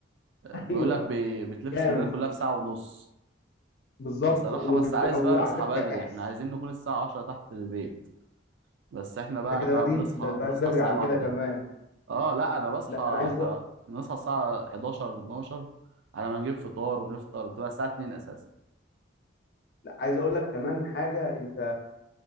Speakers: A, on the left; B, on the right.
A: <laughs>
B: بيقول
A: أيوه
B: لك بي... بتلف
A: جامد
B: اسكندرية كلها في ساعة ونص
A: بالظبط
B: بصراحة
A: وب...
B: بس عايز
A: أو
B: بقى نصحى
A: على فكرة
B: بدري
A: إحس
B: احنا عايزين نكون الساعة عشرة تحت البيت بس احنا بقى
A: ده كده
B: احنا
A: بدري
B: بنصحى
A: ده أنت
B: بنصحى
A: عايز بدري
B: الساعة
A: عن
B: واحدة
A: كده كمان
B: اه لا انا بصحى
A: لا
B: آه،
A: أنا عايز أ-
B: بنصحى الساعة 11 12 على ما نجيب فطار ونفطر بتبقى الساعة 2 اساسا
A: لا، عايز أقول لك كمان حاجة أنت